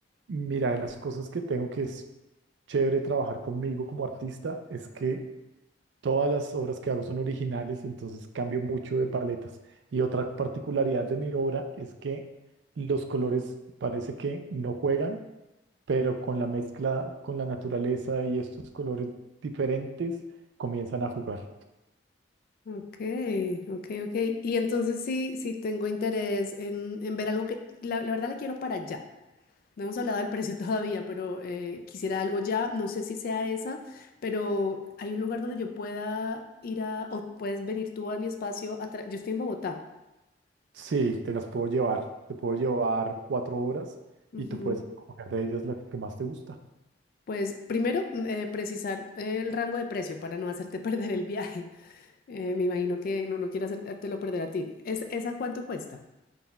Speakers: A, on the right (about 65°); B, on the left (about 50°).
A: Mira, de las cosas que tengo que es chévere trabajar conmigo como artista es que todas las obras que hago son originales, entonces cambio mucho de paletas. Y otra particularidad de mi obra es que los colores parece que no juegan, pero con la mezcla, con la naturaleza y estos colores diferentes comienzan a jugar.
B: Ok, ok, ok. Y entonces sí, sí tengo interés en, en ver algo que, la, la verdad la quiero para ya. No hemos hablado del precio <laughs> todavía, pero eh, quisiera algo ya. No sé si sea esa, pero hay un lugar donde yo pueda ir a, o puedes venir tú a mi espacio. a tra- yo estoy en Bogotá.
A: Sí, te las puedo llevar. Te puedo llevar cuatro obras
B: Ujú.
A: y tú puedes escoger de ellas la que más te gusta.
B: Pues primero, mm, eh, precisar el rango de precio para no hacerte <laughs> perder el viaje. Eh, me imagino que no, no quiero hacértelo perder a ti. ¿Es, esa cuánto cuesta?